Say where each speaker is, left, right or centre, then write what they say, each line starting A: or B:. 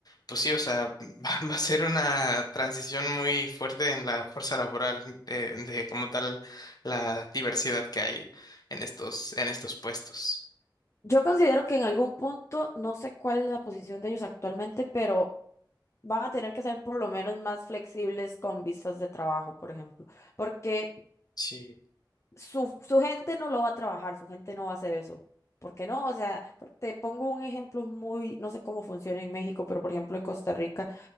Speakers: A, on the left (about 55°); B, on the left (about 35°).
A: pues sí, o sea, <laughs> va, va a ser una transición muy fuerte en la fuerza laboral de, de como tal la diversidad que hay en estos, en estos puestos.
B: Yo considero que en algún punto, no sé cuál es la posición de ellos actualmente, pero van a tener que ser por lo menos más flexibles con visas de trabajo, por ejemplo, porque
A: Sí.
B: su, su gente no lo va a trabajar, su gente no va a hacer eso. ¿Por qué no? O sea, por- te pongo un ejemplo muy, no sé cómo funciona en México, pero por ejemplo en Costa Rica,